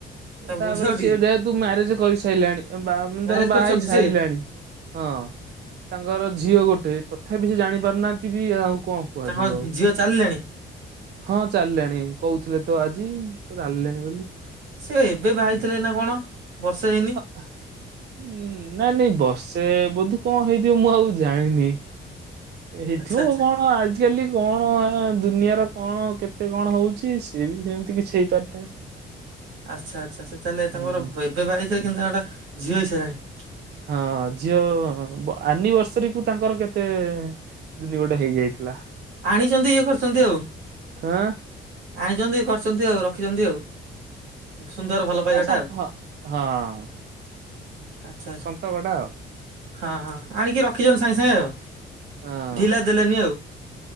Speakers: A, on the right; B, on the right.
A: ତାକୁ
B: ତାପରେ
A: ବୁଝାଅ
B: ସିଏ
A: ଟିକେ
B: ଯେହେତୁ ମ୍ୟାରେଜ କରିସାରିଲାଣି ବାହା ବାହା
A: ମ୍ୟାରେଜ
B: ଧର
A: କରିଛନ୍ତି
B: ହେଇ ସାରିଲାଣି
A: ସେ
B: ହଁ ତାଙ୍କର ଝିଅ ଗୋଟେ ତଥାପି ସେ ଜାଣି ପାରୁନାହାନ୍ତି ବି ଆଉ କଣ କୁହାଯିବ
A: ତାଙ୍କ
B: ଆଉ
A: ଝିଅ ଚାଲିଲେଣି?
B: ହଁ ଚାଲିଲାଣି କହୁଥିଲେ ତ ଆଜି ଚାଲିଲେଣି ବୋଲି।
A: ସିଏ ଏବେ ବାହାହେଇଥିଲେ ନା କଣ ବର୍ଷେ ହେଇନି?
B: ଉଁ ନାଇଁ ନାଇଁ ବର୍ଷେ ବୋଧେ କଣ ହେଇଥିବ ମୁଁ ଆଉ ଜାଣିନି। ହେଇଥିବ
A: ଆଚ୍ଛା ଆଚ୍ଛା
B: କଣ ଆଜି ଆଜିକାଲି କଣ ଦୁନିଆର କଣ କେତେ କଣ ହଉଛି ସିଏ ବି ଯେମିତି କିଛି ହେଇପାରିଥାଏ।
A: ଆଚ୍ଛା ଆଚ୍ଛା ସେ ତାହେଲେ
B: ହୁଁ
A: ତାଙ୍କର ଏବେ ବାହାହେଇଥିଲେ କିନ୍ତୁ ତାଙ୍କର ଝିଅ ହେଇ ସାରିଲାଣି।
B: ହଁ ଝିଅ ଆନିଭର୍ସରୀ କୁ ତାଙ୍କର କେତେ? ଦିନି ଗୋଟେ ହେଇଯାଇଥିଲା
A: ଆଣିଛନ୍ତି ଇଏ କରିଛନ୍ତି ଆଉ
B: ହଁ <unintelligible>
A: ଆଣିଛନ୍ତି କରିଛନ୍ତି ଆଉ ରଖିଛନ୍ତି ଆଉ ସୁନ୍ଦର ଭଲ
B: ହଁ
A: ପାଇବାଟା
B: ସମ
A: ଆଉ
B: ହଁ ହଁ
A: ଆଛା ଆଛା।
B: ସନ୍ତକଟା ଆଉ।
A: ହଁ ହଁ ଆଣିକି ରଖିଛନ୍ତି ସାଙ୍ଗେ ସାଙ୍ଗେ ଆଉ
B: ହଁ
A: ଢିଲା ଦେଲେନି ଆଉ